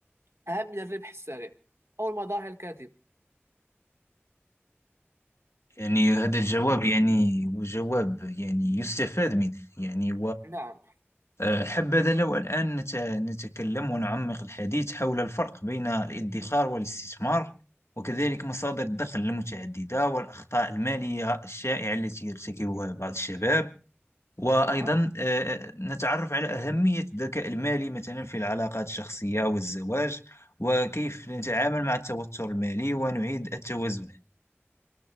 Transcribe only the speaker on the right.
أهم من الربح السريع أو المظاهر الكاذبة
نعم
نعم